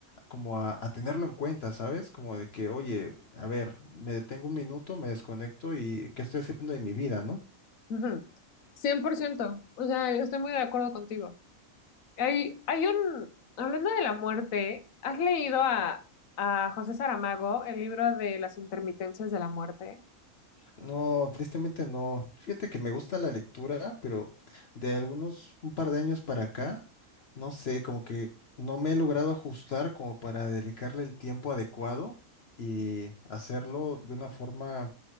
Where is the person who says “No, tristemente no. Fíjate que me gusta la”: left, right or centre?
Left